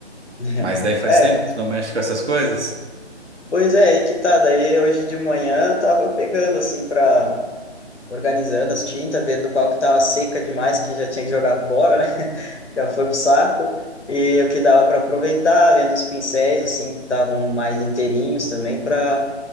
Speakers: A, on the left (about 80°); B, on the right (about 80°).
A: <laughs>
B: Mas daí faz
A: É,
B: tempo que tu não mexe com essas coisas?
A: pois é, aí que tá. Daí hoje de manhã eu tava pegando assim pra organizando as tintas, vendo qual que tava seca demais que já tinha que jogar fora, né? <laughs> Já foi pro saco. E o que dava para aproveitar, vendo os pincéis assim que estavam mais inteirinhos também para